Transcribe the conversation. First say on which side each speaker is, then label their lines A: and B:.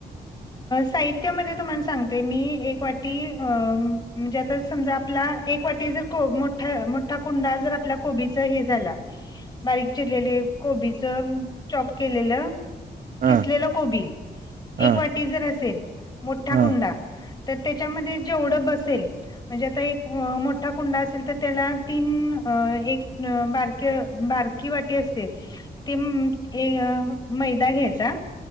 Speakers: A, on the left; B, on the right.
A: साहित्यामध्ये तुम्हाला सांगते मी एक वाटी म्हणजे आता समजा आपला एक वाटी जर मोठा मोठा कुंडा जर आपल्या कोबीचा हे झाला बारीक चिरलेले कोबीच चॉप केलेलं
B: हां
A: खीसलेलं कोबी
B: हां
A: एक वाटी जर असेल मोठा
B: हां
A: कुंडा तर त्याच्यामध्ये जेवढं बसेल म्हणजे आता एक मोठा कुंडा असेल तर त्याला तीन अ एक बारक बार ती वटी असते तेम ए मैदा घ्यायचा.